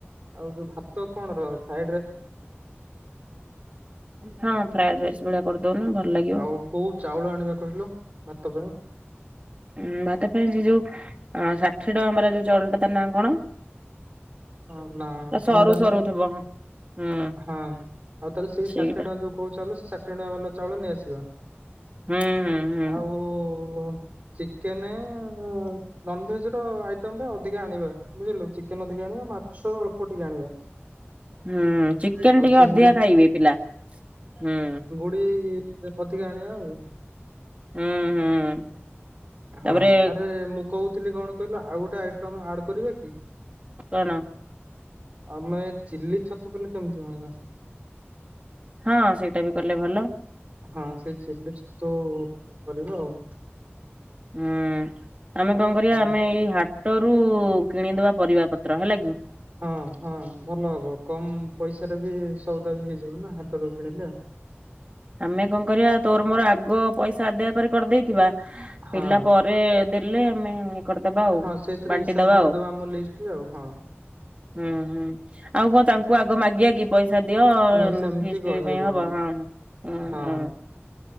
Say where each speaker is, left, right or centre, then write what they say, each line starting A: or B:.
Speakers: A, on the right (about 50°); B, on the right (about 30°).
A: ଆଉ ଯୋଉ ଭାତ କଣ ର ଫାଏ
B: ହଁ ଫ୍ରାଏଡ ରାଇସ୍ ଭଳିଆ କରିଦଉନୁ ଭଲ ଲାଗିବ।
A: ଆଉ କୋଉ ଚାଉଳ ଆଣିବା କହିଲୁ ଭାତ ପାଇଁ।
B: ଉଁ ଭାତ ପାଇଁ ସେ ଯୋଉ ଷାଠିଏ ଟଙ୍କା ଵାଲା ଯୋଉ ଚାଉଳଟା ତା ନାଁ କଣ?
A: ହଁ ନା ତମେ
B: ସରୁ
A: ଜାଣିନ
B: ସରୁ
A: ହଁ।
B: ଥିବ ହୁଁ
A: ଆଉ ତାହେଲେ ସେଇ
B: ସେଇଟା
A: ଷାଠିଏ ଟଙ୍କା ଯଉ କହୁଚ ଚାଉଳ ସେଇ ଷାଠିଏ ଟଙ୍କା ବାଲା ଚାଉଳ ନେଇଆସିବା।
B: ହୁଁ ହୁଁ ହୁଁ।
A: ଆଉ ଚିକେନେ ନନଭେଜ୍ ର ଆଇଟମ୍ ପାଇଁ ଅଧିକା ଆଣିବା। ବୁଝିଲୁ ଚିକେନ ଅଧିକା ଆଣିବା। ମାଛ ଅଳ୍ପ ଟିକେ ଆଣିବା।
B: ହୁଁ ଚିକେନ୍
A: ଆଉ
B: ଟିକେ
A: ଚିଙ୍ଗୁଡି
B: ଅଧିକା ଖାଇବେ ପିଲା। ହୁଁ।
A: ପି ଅଧିକା ଆଣିବା ଆଉ।
B: ହୁଁ ହୁଁ।
A: ହଁ
B: ତାପରେ
A: ଆରେ ମୁଁ କହୁଥିଲି କଣ କହିଲୁ ଆଉ ଗୋଟେ ଆଇଟମ୍ ଆଡ କରିବା କି?
B: କଣ?
A: ଆମେ ଚିଲି ଛତୁ କଲେ କେମିତି ହୁଅନ୍ତା?
B: ହଁ ସେଇଟା ବି କଲେ ଭଲ।
A: ହଁ ସେଇ ଚିଲି ଛତୁ କରିବା ଆଉ।
B: ଉଁ, ଆମେ କଣ କରିବା
A: ହୁଁ,
B: ଆମେ ଏଇ ହାଟ ରୁ କିଣିଦବା ପରିବା ପତ୍ର ହେଲା କି।
A: ହଁ ହଁ ଭଲ ହବ। କମ୍ ପଇସାରେ ବି ସଉଦା ବି ହେଇଯିବ ନା ହାଟରୁ କିଣିଲେ।
B: ଆମେ କଣ କରିବା ତୋର ମୋର ଆଗ ପଇସା ଆଦାୟ କରି କରିଦେଇଥିବା।
A: ହଁ
B: ପିଲା ପରେ ଦେଲେ ଆମେ କରିଦବା ଆଉ
A: ହଁ ସେଇଥିରେ
B: ବାଣ୍ଟିଦବା
A: ହିସାବ କରିଦବା
B: ଆଉ
A: ଆମ ଲିଷ୍ଟରେ ଆଉ ହଁ।
B: ହୁଁ ହୁଁ। ଆଉ କଣ ତାଙ୍କୁ ଆ ଗ ମାଗିବା କି ପଇସା ଦିଅ
A: ନା ସେମିତି
B: ଫିଷ୍ଟ
A: କହିହବନି
B: ପାଇଁ ହବ ହଁ। ହୁଁ
A: ହଁ।
B: ହୁଁ